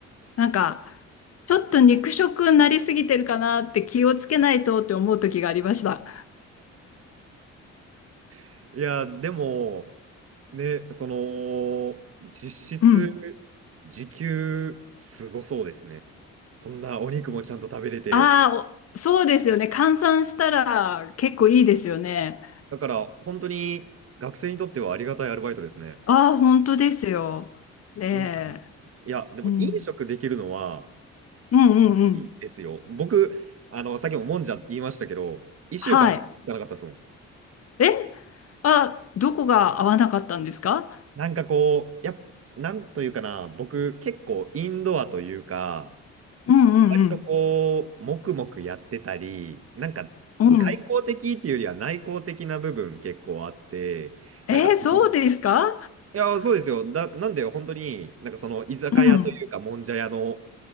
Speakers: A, on the left; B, on the right.
A: なんか、ちょっと肉食になりすぎてるかなって気をつけないとって思う時がありました。
B: <laughs> いや、でも、ね、その、実質、
A: うん。
B: 時給、すごそうですね。そんなお肉もちゃんと食べれて、
A: ああ、おそうですよね。換算したら結構いいですよね。
B: だから、本当に学生にとってはありがたいアルバイトですね。
A: ああ、本当ですよ。ねえ。
B: いいな。いや、でも飲食できるのは、
A: うん。うんうんうん。
B: すごいですよ。僕、あの、さっきももんじゃ言いましたけど、1週間行かなかったですもん。
A: はい。え、あ、どこが合わなかったんですか
B: なんかこう、やっ、なんというかな、僕、結構インドアというか、
A: うんうん
B: 割とこう、黙々やってたり、なんか、
A: うん。
B: 外交的っていうよりは内向的な部分結構あって、
A: うんえー、
B: そのい
A: そうですか
B: や、そうですよ。だ、なんで、本当に、なんかその居酒屋というか、
A: うん。
B: もんじゃ屋の